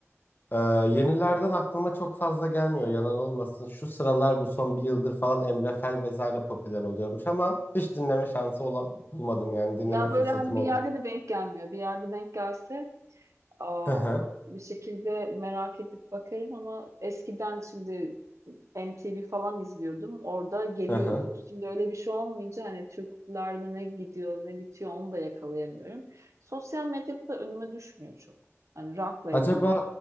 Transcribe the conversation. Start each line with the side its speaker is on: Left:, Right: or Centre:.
Left: E, yenilerden aklıma çok fazla gelmiyor yalan olmasın. Şu sıralar bu son bir yıldır falan Emre Fel vesaire popüler oluyormuş ama hiç dinleme şansı ola- bulmadım yani dinleme
Right: Ya
Left: fırsatım
Right: böyle hani bir
Left: olmadı.
Right: yerde de denk gelmiyor. Bir yerde denk gelse aa,
Left: Hı hı,
Right: bir şekilde merak edip bakarım ama eskiden şimdi MTV falan izliyordum. Orada geliyordu.
Left: hı hı.
Right: Şimdi öyle bir şey olmayınca hani Türklerde ne gidiyor ne bitiyor onu da yakalayamıyorum. Sosyal medyada da önüme düşmüyor çok. Hani rock'la ilgili.
Left: Acaba